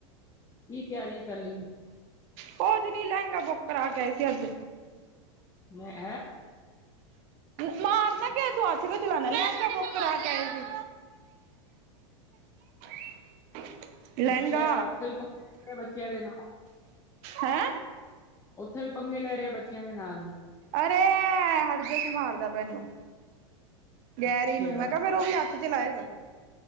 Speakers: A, on the left (about 20°); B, on the right (about 50°).
A: ਕੀ ਤਿਆਰੀਆਂ ਚੱਲੀ
B: ਕੁਝ ਨੀ ਲਹਿੰਗਾ ਬੁੱਕ ਕਰਾ ਕੇ ਆਏ ਸੀ ਅੱਜ।
A: ਮੈਂ ਐ
B: ਮਾਰਨਾ ਕਿਓਂ ਏ, ਤੂੰ ਹੱਥ ਕਿਉਂ ਚਲਾਣਾ, ਮੈਂ ਲਹਿੰਗਾ ਬੁੱਕ ਕਰਾ ਕੇ ਆਈ ਸੀ। <unintelligible> ਲਹਿੰਗਾ
A: ਅੱਛਾ, ਉੱਥੇ ਵੀ <inaudible> ਬੱਚਿਆਂ ਦੇ ਨਾਲ।
B: ਹੈਂ
A: ਉੱਥੇ ਵੀ ਪੰਗੇ ਲੈ ਰਹਾ ਬੱਚਿਆਂ ਦੇ ਨਾਲ।
B: ਅਰੇ ਐ ਹਰਜਸ਼ ਮਾਰਦਾ ਪਿਆ ਏਨੂੰ। ਗੈਰੀ
A: ਅੱਛਾ
B: ਨੂੰ, ਮੈਂ ਕੇਆ ਫੇਰ ਉਹ ਵੀ ਹੱਥ ਚ ਚਲਾਏਗਾ।